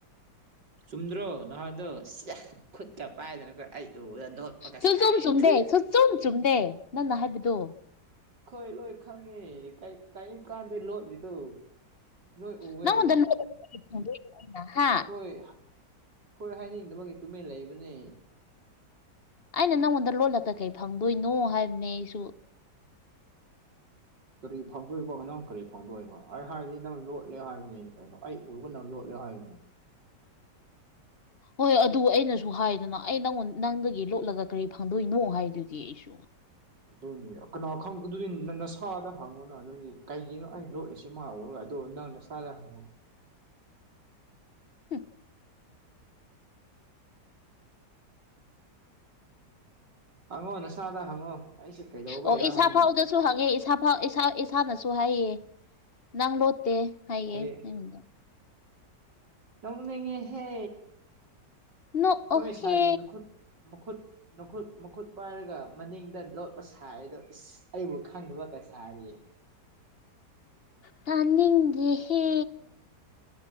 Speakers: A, on the right; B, on the left.
A: ꯆꯨꯝꯗ꯭ꯔꯣ ꯅꯍꯥꯟꯗꯣ ꯁꯤꯌꯦ ꯈꯨꯠꯀ ꯄꯥꯏꯗꯅꯀꯣꯏ ꯑꯩ ꯎꯕꯗ ꯂꯣꯠꯄꯀ
B: ꯁꯨꯆꯨꯝ
A: ꯁꯥꯔꯦ
B: ꯆꯨꯝꯗꯦ
A: ꯊꯨꯏ
B: ꯁꯨꯆꯨꯝ ꯆꯨꯝꯗꯦ ꯅꯪꯅ ꯍꯥꯏꯕꯗꯣ
A: ꯈꯣꯏ ꯂꯣꯏ ꯈꯪꯉꯦ ꯀꯔꯤꯝ ꯀꯥꯟꯗꯦ ꯂꯣꯠꯂꯤꯗꯣ ꯂꯣꯏ ꯎꯋꯦ
B: ꯅꯉꯣꯟꯗ <unintelligible> ꯍꯥ
A: ꯍꯣꯏ ꯈꯣꯏ ꯍꯥꯏꯅꯤꯡꯗꯕꯒꯤ ꯇꯨꯃꯤꯟꯅ ꯂꯩꯕꯅꯦ
B: ꯑꯩꯅ ꯅꯪꯉꯣꯟꯗ ꯂꯣꯠꯂꯒ ꯀꯩ ꯐꯪꯗꯣꯏꯅꯣ ꯍꯥꯏꯕꯅꯦ ꯑꯩꯁꯨ
A: ꯀꯔꯤ ꯐꯪꯗꯣꯏꯕꯣ ꯅꯪ ꯀꯔꯤ ꯐꯪꯗꯣꯏꯕꯣ ꯑꯩ ꯍꯥꯏꯔꯗꯤ ꯅꯪ ꯂꯣꯠꯂꯦ ꯍꯥꯏꯕꯅꯤꯅꯦ ꯀꯩꯅꯣ ꯑꯩ ꯎꯔꯒ ꯅꯪ ꯂꯣꯠꯂꯦ ꯍꯥꯏꯕꯅꯤ
B: ꯍꯣꯏ ꯑꯗꯨ ꯑꯩꯅꯁꯨ ꯍꯥꯏꯗꯅ ꯑꯩ ꯅꯪꯉꯣꯟ ꯅꯪꯗꯒꯤ ꯂꯣꯠꯂꯒ ꯀꯔꯤ ꯐꯪꯗꯣꯏꯅꯣ ꯍꯥꯏꯗꯨꯗꯤ ꯑꯩꯁꯨ
A: ꯑꯗꯨꯅꯤ ꯀꯅꯥꯣ ꯈꯪ ꯑꯗꯨꯗꯤ ꯅ ꯅꯁꯥꯗ ꯍꯪꯉꯨꯅ ꯑꯗꯨꯗꯤ ꯀꯩꯒꯤꯅꯣ ꯑꯩ ꯂꯣꯠꯂꯤꯁꯤ ꯃꯥ ꯎꯔꯒ ꯑꯗꯣ ꯅꯪꯅ ꯅꯁꯥꯥꯗ ꯍꯪꯉꯣ
B: ꯍꯝ
A: ꯍꯪꯉꯣ ꯅꯁꯥꯥꯗ ꯍꯪꯉꯣ ꯑꯩꯁꯦ ꯀꯩꯗꯧꯕꯩꯔꯥ
B: ꯑꯣ ꯏꯁꯥꯥ
A: ꯍꯥꯏꯅ
B: ꯐꯥꯎꯗ ꯁꯨ ꯍꯪꯉꯦ ꯏꯁꯥ ꯐꯥꯎ ꯏꯁꯥ ꯏꯁꯥꯅꯁꯨ ꯍꯥꯏꯌꯦ ꯅꯪ ꯂꯣꯠꯇꯦ ꯍꯥꯏꯌꯦ
A: ꯀꯔꯤ
B: ꯑꯩꯉꯣꯟꯗꯣ
A: ꯅꯣꯛꯅꯤꯡꯉꯦꯍꯦ
B: ꯅꯣꯛꯑꯣꯍꯦ
A: ꯅꯣꯏ ꯁꯥꯏꯒꯤ ꯅꯈꯨꯠ ꯃꯈꯨꯠ ꯃꯈꯨꯠ ꯃꯈꯨꯠ ꯄꯥꯏꯔꯒ ꯃꯅꯤꯡꯗ ꯂꯣꯠꯄ ꯁꯥꯔꯤꯗꯣ ꯏꯁ ꯑꯩꯕꯨ ꯈꯪꯗꯕꯒ ꯁꯥꯔꯤꯌꯦ
B: ꯇꯅꯤꯡꯗꯦꯍꯦ